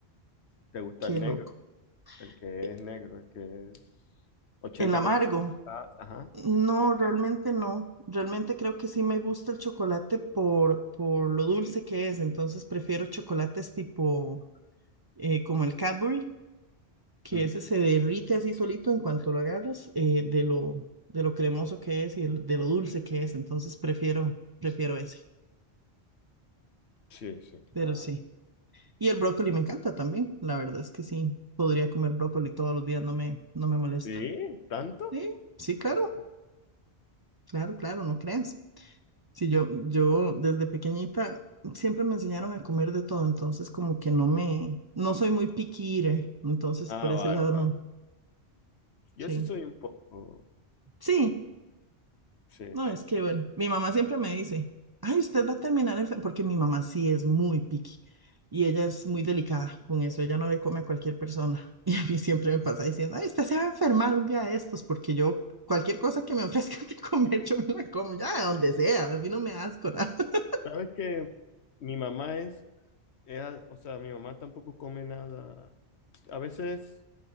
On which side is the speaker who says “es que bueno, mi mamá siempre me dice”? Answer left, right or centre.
Right